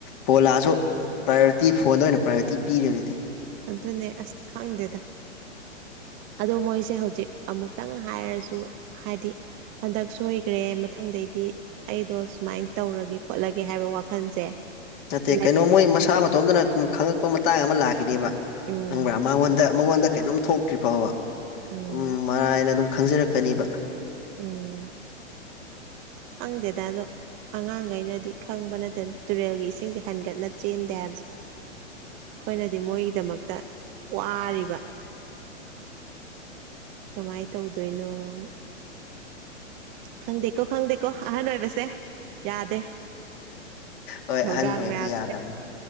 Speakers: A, on the left; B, on the right.
A: ꯄꯣꯂꯥꯁꯨ ꯄ꯭ꯔꯥꯏꯌꯣꯔꯤꯇꯤ ꯐꯣꯟꯗ ꯑꯣꯏꯅ ꯄ꯭ꯔꯥꯏꯌꯣꯔꯤꯇꯤ ꯄꯤꯔꯤꯗꯨꯗꯤ
B: ꯑꯗꯨꯅꯦ ꯑꯁ ꯈꯪꯗꯦꯗ ꯑꯗꯣ ꯃꯣꯏꯁꯦ ꯍꯧꯖꯤꯛ ꯑꯃꯨꯛꯇꯪ ꯍꯥꯏꯔꯁꯨ ꯍꯥꯏꯗꯤ ꯍꯟꯗꯛ ꯁꯣꯏꯈ꯭ꯔꯦ ꯃꯊꯪꯗꯩꯗꯤ ꯑꯩꯗꯣ ꯁꯨꯃꯥꯏꯅ ꯇꯧꯔꯒꯦ ꯈꯣꯠꯂꯒꯦ ꯍꯥꯏꯕ ꯋꯥꯈꯜꯁꯦ
A: ꯅꯠꯇꯦ
B: ꯂꯩ
A: ꯀꯩꯅꯣ ꯃꯣꯏ ꯃꯁꯥ ꯃꯇꯣꯝꯇꯅ ꯈꯪꯉꯛꯄ ꯃꯇꯥꯡ ꯑꯃ ꯂꯥꯛꯈꯤꯅꯦꯕ
B: ꯎꯝ
A: ꯍꯪꯕ꯭ꯔꯥ ꯃꯉꯣꯟꯗ ꯃꯉꯣꯟꯗ ꯀꯩꯅꯣꯝ ꯊꯣꯛꯇ꯭ꯔꯤ ꯐꯥꯎꯕ
B: ꯎꯝ
A: ꯑꯗꯨꯝ ꯃꯔꯥꯏꯅ ꯑꯗꯨꯝ ꯈꯪꯖꯔꯛꯀꯅꯤꯕ
B: ꯎꯝ ꯈꯪꯗꯦꯗꯥ ꯑꯗꯣ ꯑꯉꯥꯡꯒꯩꯅꯗꯤ ꯈꯪꯕ ꯅꯠꯇꯦꯗ ꯇꯨꯔꯦꯜꯒꯤ ꯏꯁꯤꯡꯁꯦ ꯍꯟꯒꯠꯅ ꯆꯦꯟꯗꯦ ꯍꯥꯏꯕꯁꯦ꯫ ꯈꯣꯏꯅꯗꯤ ꯃꯣꯏꯒꯤꯗꯃꯛꯇ ꯋꯥꯔꯤꯕ꯫ ꯀꯃꯥꯏ ꯇꯧꯗꯣꯏꯅꯣꯅ ꯈꯪꯗꯦꯀꯣ ꯈꯪꯗꯦꯀꯣ ꯑꯍꯟ ꯑꯣꯏꯕꯁꯦ ꯌꯥꯗꯦ
A: ꯍꯣꯏ
B: ꯊꯧꯗꯥꯡ
A: ꯑꯍꯟ ꯑꯣꯏꯕꯁꯦ
B: ꯃꯌꯥꯝꯁꯦ
A: ꯌꯥꯗꯕꯅꯤ